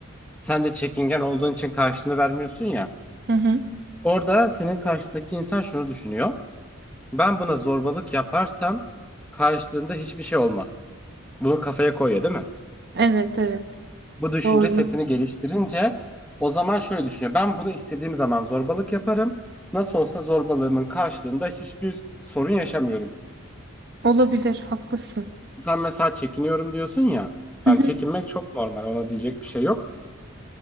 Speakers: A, in the centre; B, on the right.
A: Sen de çekingen olduğun için karşılığını vermiyorsun ya.
B: Hı hı.
A: Orada senin karşıdaki insan şunu düşünüyor. Ben buna zorbalık yaparsam karşılığında hiçbir şey olmaz. Bunu kafaya koyuyor değil mi?
B: Evet evet.
A: Bu düşünce
B: Doğru.
A: setini geliştirince o zaman şöyle düşünüyor. Ben bunu istediğim zaman zorbalık yaparım. Nasıl olsa zorbalığımın karşılığında hiçbir sorun yaşamıyorum.
B: Olabilir. Haklısın.
A: Sen mesela çekiniyorum diyorsun ya.
B: Hı
A: Yani
B: hı.
A: çekinmek çok normal. Ona diyecek bir şey yok.